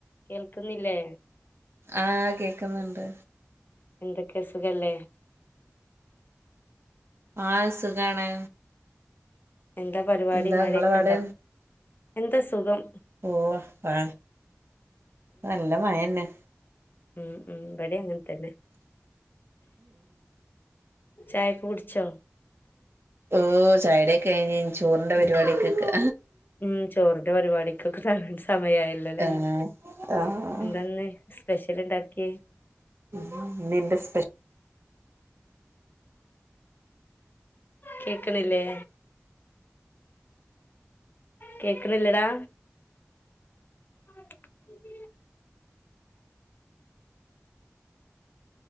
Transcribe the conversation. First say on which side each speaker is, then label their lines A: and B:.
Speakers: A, on the left (about 40°); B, on the right (about 55°).
A: കേൾക്കുന്നില്ലേ
B: ആഹ് കേക്കുന്നുണ്ട്
A: എന്തൊക്കെ സുഖല്ലേ?
B: ആഹ് സുഖാണ്
A: എന്താ പരിവാടി
B: എന്താ
A: മഴക്കെണ്ടോ?
B: ഇങ്ങളെ പാട്
A: എന്താ സുഖം.
B: ഓഹ് ആ നല്ല മഴന്നെ
A: ഉം ഉ ബടി അങ്ങനെ തന്നെ ചായൊക്കെ കുട്ച്ചോ?
B: ഹോ ചായൊടിയൊക്കെ കെഴിഞ്ഞ് ചോറിന്റെ
A: ഉം
B: പരിപാടിക്ക് നിക്കാ
A: ഉം ചോറ്ന്റെ പരിപാടിക്കൊക്കെ സമയായല്ലല്ലേ
B: ആഹ് ആഹ്
A: എന്താന്ന് സ്പെ സ്പെഷ്യല്ണ്ടാക്കിയെ
B: ഇന്ന് ന്റെ സ്പെഷ
A: കേക്ണില്ലേ? കേക്ണില്ലടാ? <inaudible>